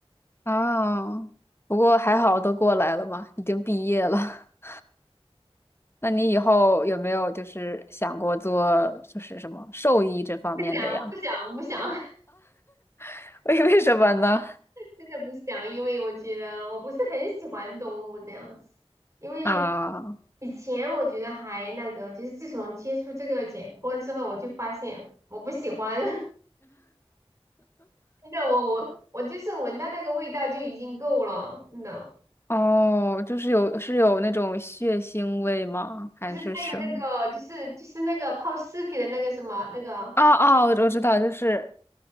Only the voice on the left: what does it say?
啊，不过还好都过来了嘛，已经毕业了。<laughs> 那你以后有没有就是想过做就是什么兽医这方面的呀？
<laughs> 为为什么呢？
啊。
哦，就是有是有那种血腥味吗？还是什么？
哦哦，我知道，就是